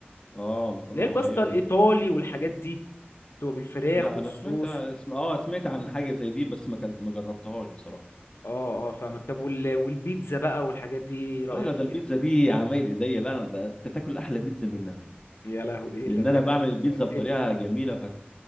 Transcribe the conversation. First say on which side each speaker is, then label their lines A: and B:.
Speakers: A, on the left; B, on the left.
A: اه مكرونه
B: اللي هي الباستا
A: معينه
B: الايطالي والحاجات دي بتبقى بالفراخ
A: لا
B: والصوص
A: انا سمعت اسم اه سمعت عن حاجه زي دي بس ما كلت ما جربتهاش بصراحه
B: اه اه فاهمك طب وال- والبيتزا بقى والحاجات دي إيه رايك
A: اه لا ده
B: فيها
A: البيتزا دي عمايل ايديا لا ده انت تاكل احلى بيتزا مني انا
B: يا لهوي ايه
A: لان
B: ده انت
A: انا
B: كده
A: بعمل البيتزا
B: شوقتني
A: بطريقه جميله فشخ